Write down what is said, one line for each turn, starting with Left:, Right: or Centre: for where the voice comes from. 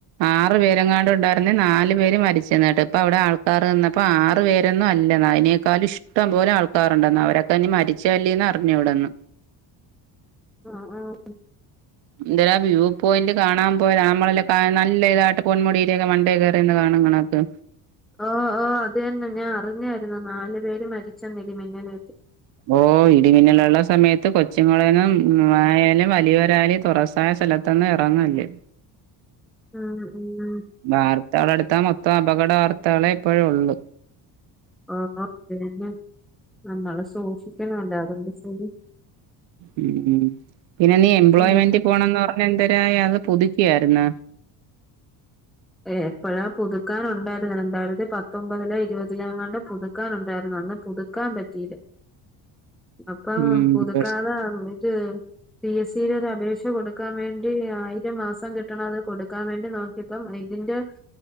Right: ആറ് പേരങ്ങാണ്ട് ഉണ്ടായിരുന്ന നാല് പേര് മരിച്ചെന് കേട്ട് ഇപ്പ അവിടെ ആൾക്കാർന്നപ്പം ആറ് പേരെന്നും അല്ല അയിനേക്കാലും ഇഷ്ടം പോലെ ആൾക്കാരുണ്ടന്ന് അവരോക്കെ ഇഞ്ഞി മരിച്ചല്ലേന്ന്റിഞ്ഞൂടന്ന്
Centre: ആഹ് ആഹ്
Right: എന്തേരാ വ്യൂ പോയിന്റ് കാണാൻ പോയത നളല്ല നല്ല ഇതായിട്ട് പൊന്മുടിടെയൊക്കെ മണ്ടേ കേറി കാണും കണക്ക്
Centre: ആഹ് ആഹ് അതന്നെ ഞാൻ അറിഞ്ഞാരുന്നു നാലു പേര് മരിച്ചെന്ന് ഇടിമിന്നലേറ്റ്
Right: ഓഹ് ഇടിമിന്നലുള്ള സമയത്ത് കൊച്ചുങ്ങളൊന്നും ആയാലും വലിയൊരായാലും തുറസായ സ്ഥലത്ത് ഒന്നും ഇറങ്ങല്ല്
Centre: ഉഹ് ഉഹ്
Right: വാർതകളെടുത്ത മൊത്തം അപകട വാർത്തകളെ ഇപ്പോഴേ ഉള്ളു
Centre: ആഹ് അതെന്നെ നമ്മള് സൂക്ഷിക്കണം അല്ലാതെന്ത്ചെയ്യും
Right: ഉം ഉം പിന്നെ നീ എംപ്ലോയ്മെന്റി
Centre: ഉം
Right: പോണെന്ന് പറഞ്ഞ എന്തരായി അത് പുതുക്കിയാരുന്ന
Centre: എപ്പഴാ പുതുക്കാൻ ഉണ്ടാരുന്ന രണ്ടായിരത്തിപ്പത്തൊമ്പതില ഇരുപതിലാങ്ങാണ്ട് പുതുക്കാൻ ഉണ്ടായിരുന്നു അന്ന് പുതു ക്കാൻ പറ്റീല്ല അപ്പം
Right: ഉം
Centre: പുതുക്കാതെ
Right: പക്ഷെ
Centre: ഇത് പി എസ് സി ടെ ഒരു അപേക്ഷ കൊടുക്കാൻ വേണ്ടി ആയിരം മാസം കിട്ടണത് കൊടുക്കാൻ വേണ്ടി നോക്കി പ്പം ഇതിന്റെ